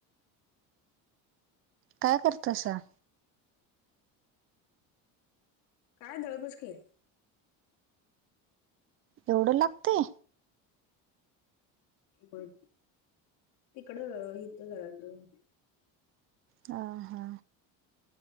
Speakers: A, on the right; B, on the left.
A: काय करता सा?
B: काय दळ <unintelligible>
A: एवढ लागतय?
B: मग तिकड हिथ जरा त <unintelligible>
A: ह हां